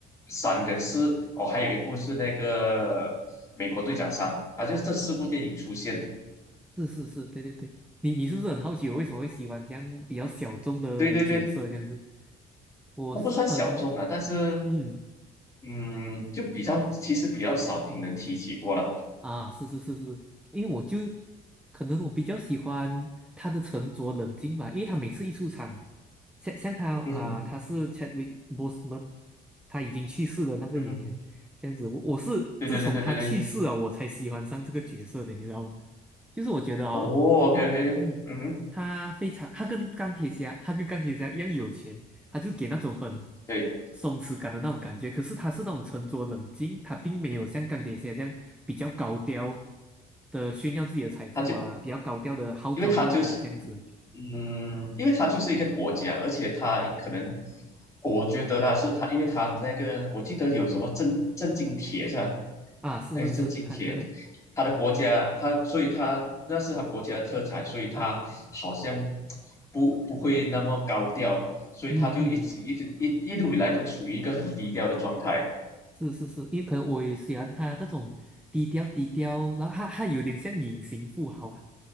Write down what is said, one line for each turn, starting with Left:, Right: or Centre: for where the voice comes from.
Left: 三跟四，哦，还有一部是那个美国队长三，啊，就是这四部电影出现。
Centre: 是是是，对对对。你你是不是很好奇我为什么会喜欢这样比较小众的角色这样子？
Left: 对对对，
Centre: 我是很
Left: 它不算小众啊，但是
Centre: 嗯。
Left: 嗯，就比较其实比较少听人提起过了。
Centre: 啊，是是是是，因为我就可能我比较喜欢他的沉着冷静吧，因为他每次一出场，像像他啊、
Left: 嗯哼，
Centre: 他是 Chadwick Boseman，他已经去世了那个演员，
Left: 嗯哼，
Centre: 这样子，我我是自从他去世了，
Left: 对对对对对对。
Centre: 我才喜欢上这个角色的，你知道吗？就是我觉得啊。
Left: 哦，OK OK，
Centre: 嗯，
Left: 嗯哼，
Centre: 他非常，他跟钢铁侠，他跟钢铁侠一样有钱，他就给那种很
Left: 对，
Centre: 松弛感的那种感觉。可是他是那种沉着冷静，他并没有像钢铁侠这样比较高调的炫耀自己的财富啊，
Left: 他就
Centre: 比较高调的号召力啊，
Left: 因为他就是
Centre: 这样子
Left: 嗯，因为他就是一个国家，而且他可能我觉得啦，是他，因为他那个我记得有什么震震惊铁是吧？
Centre: 啊，是是是，
Left: 那个震惊铁，
Centre: 他的，
Left: 他的国家，他所以他那是他国家的特产，所以他好像不不会那么高调，所以他就一直一直一一路以来都处于一个很低调的状态。
Centre: 嗯嗯。是是是，因为可能我也喜欢他那种低调低调，然后他他有点像隐形富豪啊，